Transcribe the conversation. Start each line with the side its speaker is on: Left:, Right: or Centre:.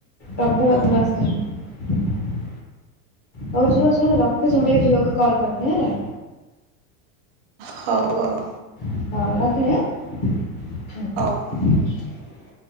Left: ପ୍ରବଳ ଗୁଣ ସେ <unintelligible> ହଉ ଝିଅ ଶୁଣ ରଖୁଛି ମୁଁ ଟିକେ ଝିଅକୁ କଲ୍ କରିଦିଏ ହେଲା
Right: ହଉ ଆଉ
Left: ହଉ ରଖିଲି
Right: ହଉ
Left: ହେଁ
Right: ହଉ